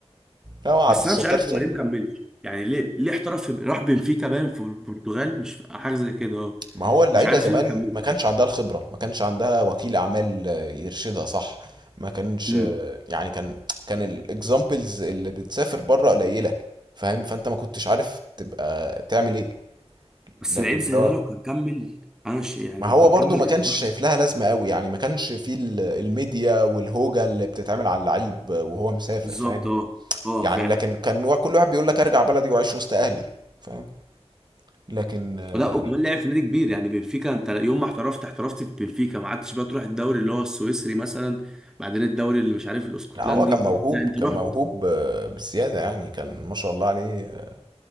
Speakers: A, on the right; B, in the centre.
A: لا هو عبد
B: بس
A: الستار
B: انا مش عارف
A: صب
B: هو ليه ما كملش يعني ليه ليه احترف في راح بنفيكا باين في البرتغال مش في- حاجه زي كده اه
A: ما هو اللعيبة
B: مش عارف
A: زمان
B: ليه ما كملش
A: ما كانش عندها الخبرة ما كانش عندها وكيل أعمال آه، يرشدها صح ما كانش
B: امم
A: آه، يعني كان كان الاكزامبلز اللي بتسافر بره قليلة فاهم فأنت ما كنتش عارف تبقى تعمل إيه
B: بس
A: لكن
B: العيب زي
A: اللي هو
B: ده لو كان كمل انا شيء يعني
A: ما
B: لو
A: هو
B: كان
A: برضو
B: كمل
A: ما كانش
B: كان يروح
A: شايف لها لازمة قوي يعني ما كانش فيه ال- الميديا والهوجة اللي بتتعمل على اللعيب وهو مسافر
B: بالظبط
A: فاهم
B: اه اه
A: يعني
B: فعلا
A: لكن كان وا- كل واحد بيقول لك ارجع بلدي واعيش وسط اهلي فاهم لكن آه،
B: ولا
A: لا
B: وكمان لعب في نادي كبير يعني بنفيكا انت يوم ما احترفت احترفت في بنفيكا ما عدتش بقى تروح الدوري اللي هو السويسري مثلا بعدين الدوري اللي مش عارف الاسكتلندي
A: لا هو كان موهوب
B: لا انت
A: كان
B: رحت
A: موهوب آه، بزيادة يعني كان ما شاء الله عليه آه،